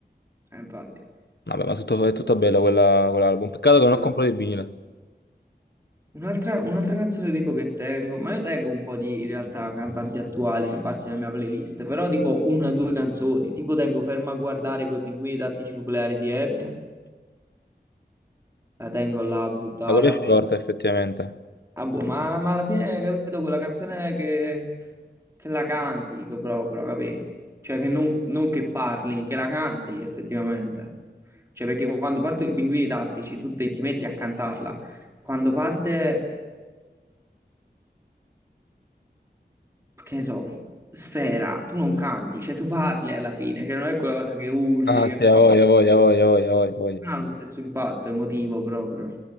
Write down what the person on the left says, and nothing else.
Vabbè, ma tutto, è tutto bello quella- quell'album. Peccato che non
ho comprato il vinile.
Ma quello è forte,
effettivamente.
Ah,
sì,
a voglia, a voglia, a voglia, a voglia, a voglia. a voglia.